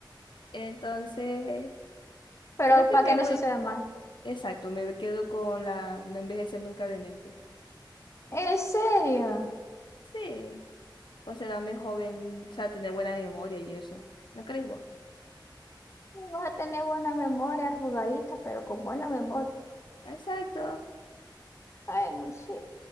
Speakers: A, on the left; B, on the left.
A: Entonces,
B: Pero
A: creo que
B: para que
A: me
B: no
A: voy,
B: suceda más.
A: exacto, me quedo con la no envejecer nunca de mente.
B: ¿En serio?
A: Sí, considerarme joven, o sea, tener buena memoria y eso. ¿No creéis vos?
B: Vas a tener buena memoria, arrugadita, pero con buena memoria.
A: Exacto.
B: Ay, no sé.